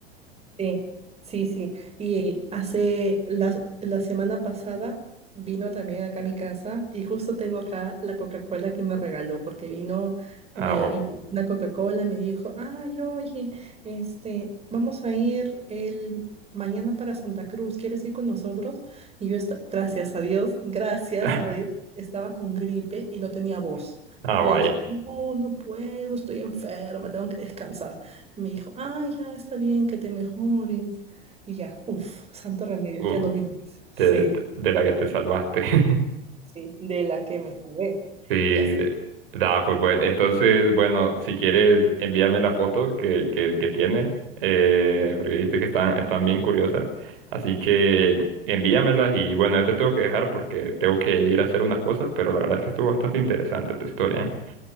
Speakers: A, on the right (about 20°); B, on the right (about 65°).
A: Sí, sí, sí. Y hace la, la semana pasada vino también acá a mi casa y justo tengo acá la Coca-Cola que me regaló porque vino
B: Ah,
A: me
B: o-
A: invitó una Coca-Cola me dijo, "Ay, oye, este, vamos a ir el mañana para Santa Cruz, ¿quieres ir con nosotros?" Y yo esta- gracias a Dios, gracias
B: <laughs>
A: a Dios, estaba con gripe y no tenía voz.
B: ah,
A: Y
B: vaya.
A: le dije, "No, no puedo, estoy enferma, tengo que descansar." Me dijo, ah, ya está bien, que te mejores. Y ya, uff, santo remedio,
B: Uh,
A: ya no vino más. Sí,
B: te- sí. te- de la que te salvaste. <laughs>
A: sí, de la que me salvé.
B: Sí,
A: Ya sé.
B: de-
A: <laughs>
B: da, pues bueno, entonces, bueno, si quieres, envíame las fotos que, que, que tienes, eh, porque viste que están, están bien curiosas, así que envíamelas y bueno, yo te tengo que dejar porque tengo que ir a hacer unas cosas, pero la verdad es que estuvo bastante interesante tu historia, ¿eh?